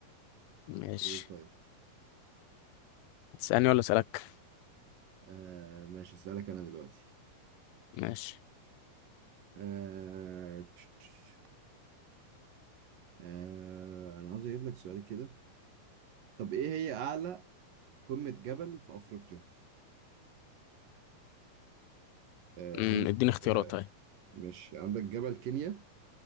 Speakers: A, on the left (about 85°); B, on the right (about 70°).
A: ماشي
B: قول طيب
A: تسألني ولا أسألك
B: آه ماشي أسألك أنا دلوقتي
A: ماشي
B: آه... تش- تش- آه... أنا عاوز أجيب لك سؤال كده طب إيه هي أعلى قمة جبل في أفريقيا؟ آه
A: امم
B: عندك
A: اديني اختيارات
B: آه،
A: طيب
B: ماشي عندك جبل كينيا